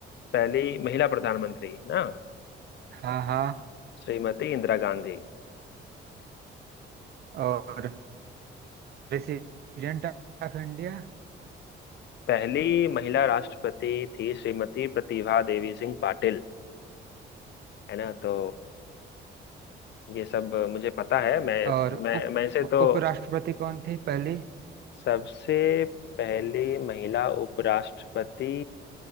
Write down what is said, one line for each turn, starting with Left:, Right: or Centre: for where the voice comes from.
Left: पहली महिला प्रधानमंत्री ना
Right: हाँ हाँ
Left: श्रीमती इंदिरा गांधी
Right: और प्रेसिडेंट ऑफ इंडिया
Left: पहली महिला राष्ट्रपति थी श्रीमती प्रतिभा देवी सिंह पाटिल है ना तो ये सब मुझे पता है मैं
Right: और
Left: मैं
Right: उप
Left: मैं इसे तो
Right: उपराष्ट्रपति कौन थी पहली
Left: सबसे पहली महिला उपराष्ट्रपति